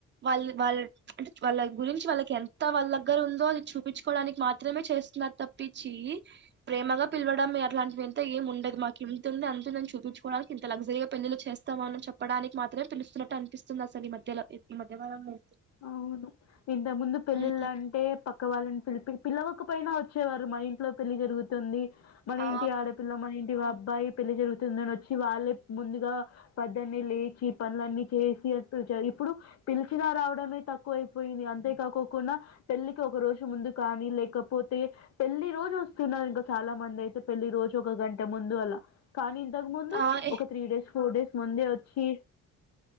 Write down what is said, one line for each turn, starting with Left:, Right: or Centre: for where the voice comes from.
Right: వాళ్ళ వాళ్ళద్, అంటే వాళ్ళ గురించి వాళ్ళకి ఎంత వాళ్ళ దగ్గర ఉందో, అది చూపించుకోవడానికి మాత్రమే చెప్ చేస్తునారు తప్పించి, ప్రేమగా పిలవడం అట్లాంటివేం తే ఏం ఉండది మాకు ఇంతుంది, అంతుందని చూపించుకోడానికి, ఇంతల్జరీగా పెండ్లిళ్లు చేస్తాము అని చెప్పడానికి మాత్రమే, పిలుస్ న్నట్టు అనిపిస్తుంది అసలు ఈ మధ్యలో, ఈ మధ్య కాలంలో.
Left: అవును. ఇంతక్ ముందు పెళ్ళిలంటే,
Right: ఉమ్,
Left: పక్క వాళ్ళని పిలిపి, పిల్లవాక్ కపోయినా వచ్చేవారు. మన ఇంట్లో పెళ్లి జరుగుతుంది, మన
Right: ఆ
Left: ఇంటి ఆడపిల్ల, మన ఇంటి వార్ అబ్బాయి పెళ్లి జరుగుతుందని ఒచ్చి, వాళ్ళే ముందుగా పోద్దన్నే లేచి, పనులన్నీ చేసి, <unintelligible> <unintelligible> ఇప్పుడు పిలిచిన రావడ్ డమే తక్కువ అయిపోయింది. అంతేకాకోకుండా పెళ్లికి ఒక రోజు ముందు కానీ, లేకపోతే పెళ్ పెళ్లి రోజు ఒస్తున్నారు, ఇంకా చాలా మంది అయితే పెళ్ళి రోజు ఒక గంట ముందు అలా. కానీ ఇంతకు ముందు
Right: ఆ ఏ,
Left: ఒక త్రీ డేస్ ఫోర్ డేస్ ముందే ఒచ్చి